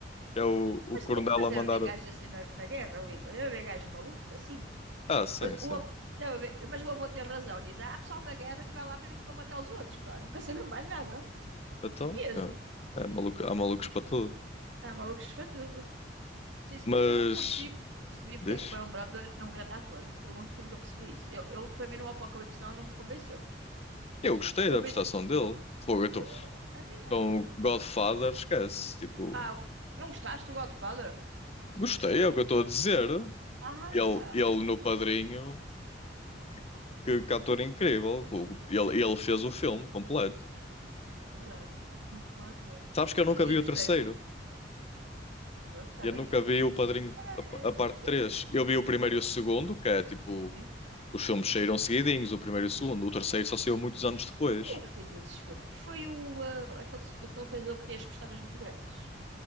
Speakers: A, on the left (about 35°); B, on the right (about 75°).
A: Que é o, o
B: Mas,
A: coronel
B: de- mas
A: a
B: deve
A: mandar.
B: haver gajos assim na, na guerra, o Igor. Deve haver gajos malucos assim.
A: Ah, sim,
B: Mas
A: sim.
B: o, av- deve haver- mas o avô tem razão. Diz, ah, há pessoal na guerra que vai lá mesmo para matar os outros, pá. Nunca sabemos mais nada.
A: Então,
B: É mesmo.
A: é, é maluco, há malucos para tudo.
B: Há malucos para tudo. Sim, sim,
A: Mas,
B: mas eu nunca percebi, percebi porque
A: deixa.
B: é que o Barão Brando era um grande ator. Não me perguntes que eu nunca percebi isso. Eu, eu, para mim, no Apocalipse Now não me convenceu.
A: Eu gostei
B: Convence...
A: da prestação dele. Fogo, eu estou
B: Eu não... A mim não...
A: com Godfather, esquece. Tipo,
B: Ah, não gostaste do Godfather?
A: gostei, é o que eu estou a dizer.
B: Ah,
A: Ele, ele no padrinho Que, que, que ator incrível. O- Ele, ele fez o filme completo.
B: é verdade. Muito bom ator.
A: Sabes que eu nunca
B: Aí
A: vi
B: gostei.
A: o terceiro.
B: Pronto, também.
A: Eu nunca
B: eu-
A: vi o Padrinho,
B: É,
A: a, a parte três
B: é,
A: Eu vi o primeiro
B: é,
A: e o segundo, que é tipo,
B: sim.
A: os filmes saíram seguidinhos, o primeiro e o segundo. O terceiro só saiu muitos anos depois.
B: Quem é que fez esses filmes? Foi o, ah, aquele, se- aquele realizador que tem as pestanas muito grandes.